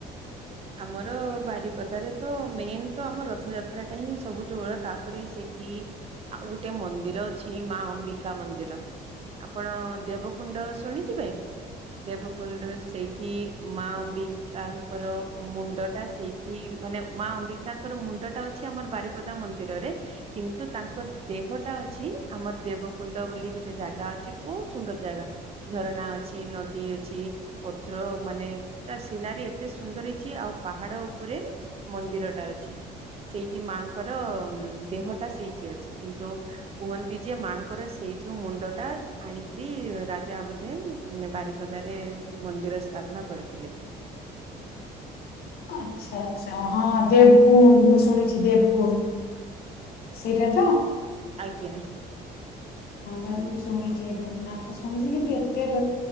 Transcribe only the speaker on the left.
ଆଚ୍ଛା ଆଚ୍ଛା ହଁ ଦେବକୁୁଣ୍ଡୁ ମୁଁ ଶୁଣଛି ଦେବକୁୁଣ୍ଡୁ ସେଇଟାତ
ଆଗରୁ ମୁଁ ଶୁଣିଛି ଏଇଟା ନାଁଟା ଶୁଣିଛି କିନ୍ତୁ ଏତେ